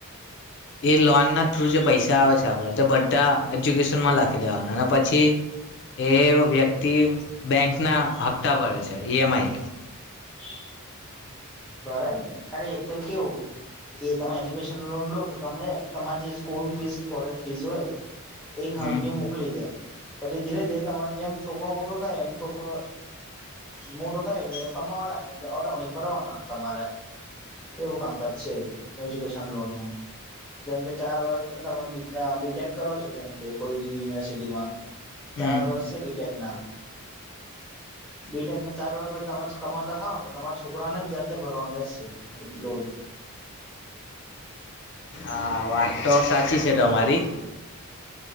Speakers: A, on the left; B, in the centre.
A: એ લોન ના થ્રુ જે પૈસા આવે છે આપણે તે બધા એજ્યુકેશનમાં લખી દેવાના અને પછી એ વ્યક્તિ બેંક ના હપ્તા ભરે છે ઈએમઆઈ
B: <inaudible> રા ને અરે એ તો કેવું એ તમે એજ્યુકેશન લોન લો તો તમને તમારી જે સ્કૂલ ફીસ કે કોલેજ ફીસ હોય એક હામટી
A: હમ
B: મોકલી દે પછી ધીરે ધીરે તમારે જેમ છોકરો મોટો થાય એમ છોકરો મોટો થાય એટલે કમાવા લાગે ઓટોમેટિક ભરવાનો તમારે એવું કામકાજ છે એજ્યુકેશન લોન નું જેમ કે ચાર વર્ષ તમામે બી બીટેક કરાવો છો જેમ કે કોઈ બી યુનિવર્સિટીમાં
A: હમ
B: ચાર વર્ષ છે બીટેક ના બીટેક ના ચાર વર્ષ પછી તમે કમાતા થાવ તો તમારા છોકરાને જ ભરવાનું રહેશે લો લોન
A: હા વાત તો સાચી છે તમારી